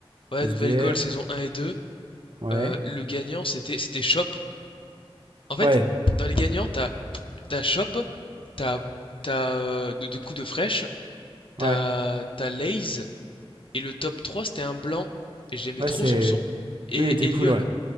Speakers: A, on the left; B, on the right.
A: ouais nouvelle
B: SDM,
A: école saison un et 2.
B: ouais,
A: euh, le gagnant c'était c'était Shop. En fait,
B: ouais,
A: dans les gagnants, t'as t'as Shop, t'as t'as euh, de, de coups de fraîche, t'as
B: ouais,
A: t'as Lay's et le top 3 c'était un blanc. Et j'aimais
B: ouais,
A: trop
B: c'est.
A: son son et
B: Lui, il était
A: Elion.
B: cool, ouais.